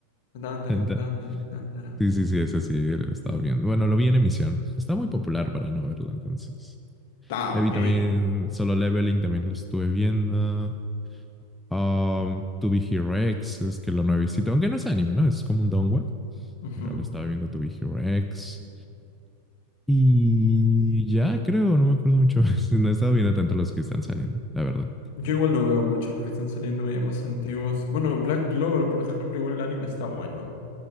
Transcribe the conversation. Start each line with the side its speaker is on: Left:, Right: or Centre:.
Left: Dandaran,
Centre: tan, tan.
Left: dandaran, dandaran.
Centre: Sí, sí, sí, ese sí, lo estaba viendo. Bueno, lo vi en emisión. Está muy popular para no verlo, entonces.
Left: Ah,
Centre: Me
Left: ok.
Centre: vi también Solo Leveling, también lo estuve viendo. Um, To Be Hero X, es que lo nuevecito, aunque no es anime, ¿no? Es como un donghua,
Left: Ujú.
Centre: pero lo estaba viendo To Be Hero X. Y ya creo, no me acuerdo mucho más. <laughs> No he estado viendo tanto los que están saliendo, la verdad.
Left: Yo igual no veo mucho los que están saliendo ya más antiguos. Bueno, Black Clover, por ejemplo, igual el anime está bueno.